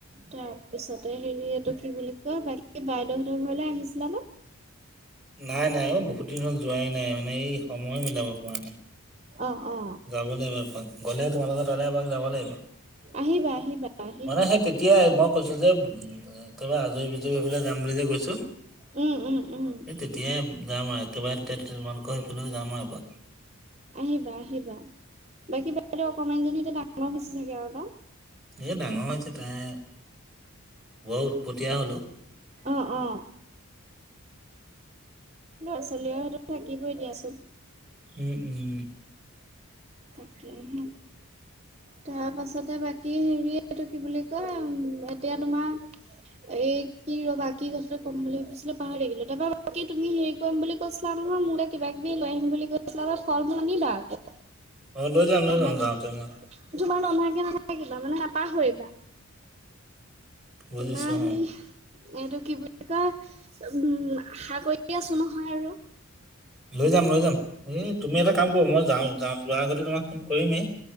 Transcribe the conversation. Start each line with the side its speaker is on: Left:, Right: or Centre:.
Right: তাৰপিছতে হেৰি এইটো কি বুলি কয়, বাকী বাইদেউহঁতৰ ঘৰলে আহিছিলানে?
Centre: নাই নাই অ বহুত দিন হল যোৱাই নাই মানে এই সময় মিলাব পৰা নাই।
Right: অ অ
Centre: যাব লাগিব এপাক, গ'লে তোমাৰ লগত তালে এপাক যাব লাগিব।
Right: আহিবা আহিবা আহিবা
Centre: মানে সেই
Right: আকৌ
Centre: তেতিয়াই মই কৈছো যে উম তবাৰে আজৰি হৈ পেলাই যাম বুলি যে কৈছো
Right: উম উম উম
Centre: এই তেতিয়াই যাম আৰু একেবাৰে তে তোমালোকৰ সেইফলেও যাম আও এপাক।
Right: আহিবা আহিবা বাকী বাইদে অকমানজনী এতিয়া ডাঙৰ হৈছে চাগে আৰু ন?
Centre: এ ডাঙৰ হৈছে তাই বৰ উৎপটীয়া হ'ল ঔ।
Right: অ অ। ল'ৰা ছোৱালী হাতত থাকিবই দিয়াচোন।
Centre: উম উম।
Right: তাকেহে। তাৰ পাছতে বাকী হেৰিটো কি বুলি কয় উম এতিয়া তোমাৰ এ কি ৰ বাক কি কথাটো কম বুলি ভাবিছিলো পাহৰি থাকিলো তাৰপা বাকী তুমি হেৰি কৰিম বুলি কৈছিলা। নহয় মোৰে কিবা কিবি লৈ আহিম বুলি কৈছিলে আাৰ ফল মল আনিবা আকৌ।
Centre: অ লৈ যাম লৈ
Right: নানা
Centre: যাম যাহতো।
Right: তোমাৰ নধাকে নাথাকিবা মানে নাপাহৰিবা।
Centre: বুজিছো
Right: তোৰ
Centre: অ
Right: সেই। এইটো কি বুলি কয়, উম আশা কৰিয় আছো নহয় আৰু।
Centre: লৈ যাম লৈ যাম এ তুমি এটা কাম কৰো মই যাওঁ যাওঁ যোৱাৰ আগতে তোমাক ফোন কৰিম এই।